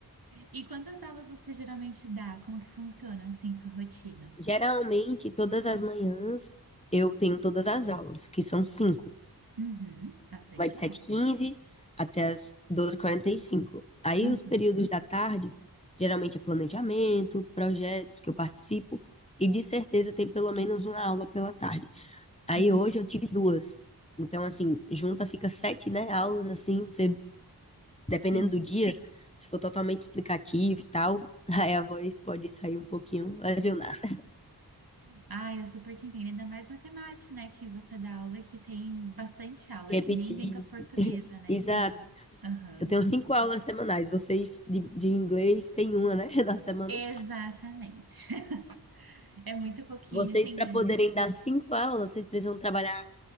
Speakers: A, on the right (about 65°); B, on the left (about 15°).
A: E quantas aulas você geralmente dá? Como que funciona, assim, sua rotina?
B: Geralmente, todas as manhãs eu tenho todas as aulas, que são cinco.
A: Uhum, bastante
B: vai de sete
A: aula.
B: h 15 até as doze e quarenta e cinco Aí
A: Uhum,
B: os períodos da tarde, geralmente é planejamento, projetos que eu participo, e de certeza tem pelo menos uma aula pela tarde. Aí
A: entendi.
B: hoje eu tive duas. Então, assim, junta fica sete, né, aulas, assim, você, dependendo
A: Sim.
B: do dia, se for totalmente explicativo e tal, <laughs> aí a voz pode sair um pouquinho lesionada.
A: Ah, eu super te entendo. Ainda mais matemática, né? Que você dá aula que tem bastante aula,
B: Repetir.
A: é que nem língua portuguesa, né?
B: Exato.
A: Que. Aham.
B: Eu tenho cinco aulas semanais. Vocês de, de inglês têm uma, né, <laughs> na semana.
A: Exatamente. <laughs> É muito pouquinho,
B: Vocês,
A: assim,
B: para
A: né?
B: poderem dar cinco aulas, vocês precisam trabalhar